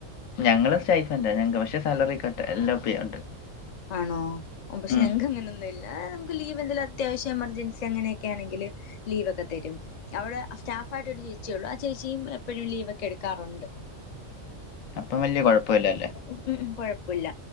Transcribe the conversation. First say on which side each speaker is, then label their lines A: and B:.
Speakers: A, on the left; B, on the left.
A: ഞങ്ങള് സ്റ്റൈഫന്റ ഞങ്ങക്ക് പക്ഷെ സാലറി കട്ട് എല്ലോ പി ഉണ്ട്.
B: ആണോ പക്ഷെ
A: ഉം
B: ഞങ്ങക്ക് അങ്ങനൊന്നുൽ ആഹ് നമുക്ക് ലീവ്ന്തെലു അത്യാവശ്യ എമർജൻസി അങ്ങനെയൊക്കെ ആണെങ്കില് ലീവൊക്കെ തരും. അവ്ടെ സ്റ്റാഫ് ആയിട്ട് ഒരു ചേച്ചിയള്ളു ആ ചേച്ചിയും എപ്പഴും ലീവ് ഒക്കെ എടുക്കാറുണ്ട്.
A: അപ്പം വല്ല്യ കുഴപ്പല്ലല്ലേ.
B: മ് മ് കൊയപ്പുല്ല